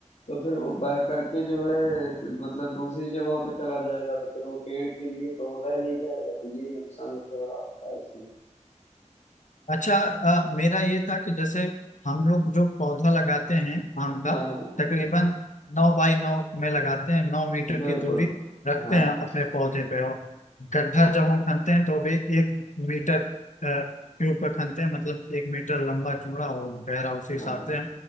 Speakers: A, on the left; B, on the left.
A: तो फिर वो बह करके जो है कि मतलब दूसरी जगहों पे चला जाएगा तो फिर वो पेड़ के लिए तो वो रह नहीं जाएगा तो यही नुकसान सबसे बड़ा होता है इसमें
B: अच्छा अ, मेरा ये था कि जैसे हम लोग जो पौधा लगाते हैं आम का
A: हाँ हाँ
B: तकरीबन नौ बाई नौ में लगाते हैं नौ मीटर
A: बिल्कुल
B: की दूरी रखते
A: हाँ
B: हैं अपने पौधे पे और गड्ढा जब हम खनते हैं तो भी एक मीटर अ, के ऊपर खनते हैं मतलब एक मीटर लंबा चौड़ा और गहरा उसी हिसाब
A: हाँ
B: से हम